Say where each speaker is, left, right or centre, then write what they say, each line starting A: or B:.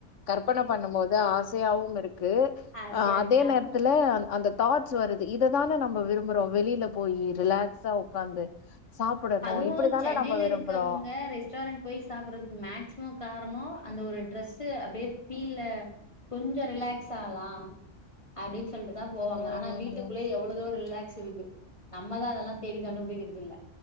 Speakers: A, on the left (about 75°); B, on the left (about 25°).
A: கற்பனை பண்ணும் போது ஆசையாவும் இருக்கு
B: ஆசையா
A: அஹ்
B: இருக்கா
A: அதே நேரத்துல அந்த தாட்ஸ் வருது இ இததானே நம்ம விரும்புறோம் வெளியில போய் ரிலாக்ஸா உட்காந்து சாப்பிடணும்
B: அதுவு
A: இப்படித்தானே நம்ம
B: சென்னையில
A: விரும்புறோ
B: இருக்கவங்க ரெஸ்டாரண்ட் போய் சாப்பிடறதுக்கு மேக்சிமம் கார அந்த ஒரு ட்ரெஸ் அப்படியே பீல் லே கொஞ்சம் ரிலாக்ஸ் ஆகலாம் அப்படின்னு தான் போவங்க
A: ம்
B: ஆனா வீட்டுக்குள்ளே எவ்வளோ ரிலாக்ஸ் இருக்கு நம்மதான் அதெல்லாம் தேடி கண்டுபிடிக்கறது இல்ல.